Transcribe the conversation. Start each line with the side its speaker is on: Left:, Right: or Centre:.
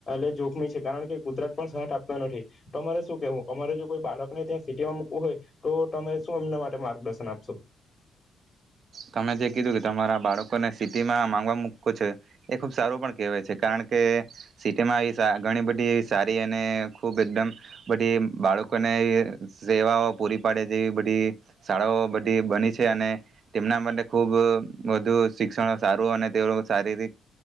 Left: એ જોખમી છે કારણ કે કુદરત પણ સાથ આપતા નથી. તમારે શું કેહેવું? અમારે જો કોઈ બાળકને ત્યાં સિટીમાં મુૂકવું હોય તો તમે શું એમના માટે માર્ગદર્શન આપશો?
Right: તમે જે કીધું કે તમારા બાળકોને સિટીમાં માંગવા મૂકવુ છે. એ ખુબ સારું પણ કેહેવાય છે કારણ કે સિટી માં આવી ઘણી બધી સારી અને ખૂબ એકદમ બધી બાળકોને સેવાઓ પૂરી પાડે જેવી બધી શાળાઓ બધી બની છે અને તેમના માટે ખૂબ વધુ શિક્ષણ સારું અને તે શારીરિક